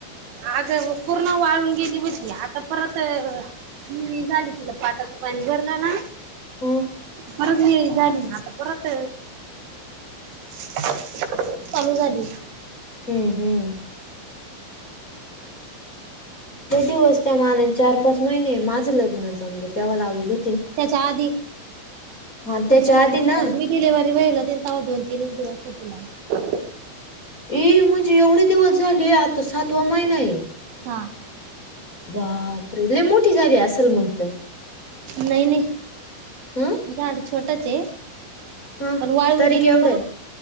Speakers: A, on the right (about 70°); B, on the left (about 15°).
A: अग पूर्ण वाळून गेली होती आता परत नि झाली तिला पाटाचं पाणी भरलं ना
B: हम्म
A: परत मी झाली ना आता परत <inaudible> चालू झाली
B: हम्म हम्म हे दिवस त्या मान चार पाच महिने माझं लग्न जमलं त्याव लाआवे लु
A: त्याच्या आधी
B: हा त्या
A: त्याच्या
B: आधी
A: आधीच लावल
B: ना
A: मी डिलेव्हरी व्हायला तवा दोन तीनच दिवस होतील लावून
B: ए म्हणजे एवढे दिवस झाले आता सातवा महिना आहे
A: हा
B: बापरे! लय मोठी झाली असल मग त
A: नाही नाही
B: हम्म
A: झाड छोटच आहे
B: ह
A: पण वाळून
B: तरी
A: गेली
B: केवढं
A: परत
B: आहे